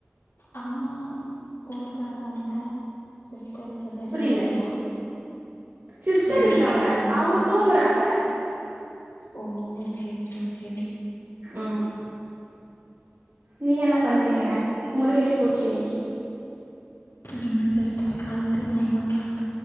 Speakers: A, on the left; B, on the right.
A: அம்மா கூட பொறந்தவங்க சிஸ்டர் <unintelligible>
B: புரில
A: ஆகு இல்லியா
B: சிஸ்டர்
A: இல்ல வீட்ல
B: இருக்காங்க
A: அம்மா
B: அவங்க தூங்குறாங்க
A: ஓ ஓ சேரி சேரி சேரி
B: ம் நீங்க என்ன பண்றீங்க உங்களுக்கு எப்டி போச்சு இன்னைக்கி
A: என்ன சிஸ்டர் கால்த்து நைன் ஓ கிளாக்